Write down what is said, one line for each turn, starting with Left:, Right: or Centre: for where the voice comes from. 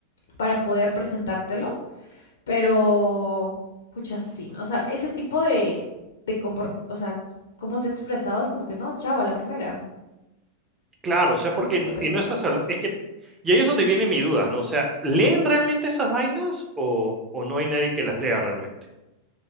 Left: para poder presentártelo. Pero, pucha, sí, ¿no? O sea, ese tipo de, de comportamiento, o sea, cómo se ha expresado es como que no, chavo, a la primera.
Right: Claro, o sea,
Left: Estoy
Right: porque
Left: súper
Right: n-
Left: de
Right: y
Left: acuerdo.
Right: no estás habla- es que y ahí es donde viene mi duda, ¿no? O sea, ¿leen realmente esas vainas o, o no hay nadie que las lea realmente?